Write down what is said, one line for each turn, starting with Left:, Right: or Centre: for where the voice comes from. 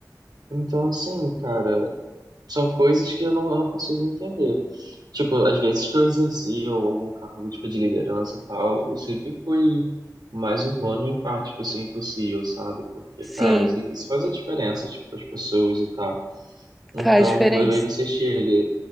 Right: Então, assim, cara, são coisas que eu não, eu não consigo entender. Tipo, às vezes que eu exercia algum cargo, tipo, de liderança e tal, eu sempre fui o mais humano e empático assim possível, sabe? Porque,
Centre: Sim,
Right: cara, eu sei que isso faz a diferença, tipo, com as pessoas e tal. Então,
Centre: faz diferença.
Right: aí você chega, e,